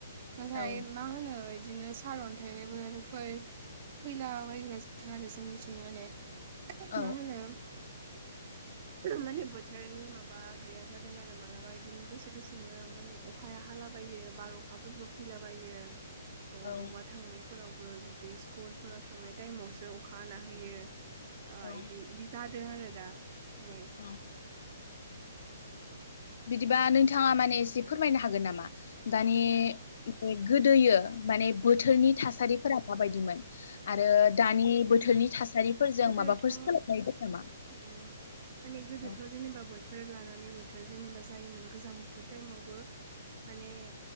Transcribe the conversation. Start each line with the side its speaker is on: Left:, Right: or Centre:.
Right: नाथाय
Left: औ
Right: मा होनो बिदिनो सारअन्थाइबोरफोर फैलाबायग्रा जादों आरो जोंनिथिं माने
Left: औ
Right: मा होनो माने बोथोरनि माबा गैया जादों आरो मालाबा बिदिनो दसे दसेनो माने अखाया हालाबायो बार अखाफोरबो फैलाबायो। थ'
Left: औ
Right: बबा थांनो फोरावबो बिदि स्कुलफोराव थांनाय टाइमावसो अखा हाना होयो आ
Left: औ
Right: इदि इदिगाथ बे आरो दा माने
Left: औ बिदिबा नोंथाङा माने एसे फोरमायनो हागोन नामा दानि
Right: ओ
Left: ए गोदोयो माने बोथोरनि थासारिफोरा माबायदि बिमोन आरो दानि बोथोरनि
Right: गोदो
Left: थासारिफोरजों
Right: गोदोथ'
Left: माबाफोर सोलायनाय दं नामा
Right: उम माने गोदोथ'
Left: औ
Right: जेनेबा बोथोर लानानै बोथोर जेनेबा जायोमोन गोजां बोथोर टाइमावबो माने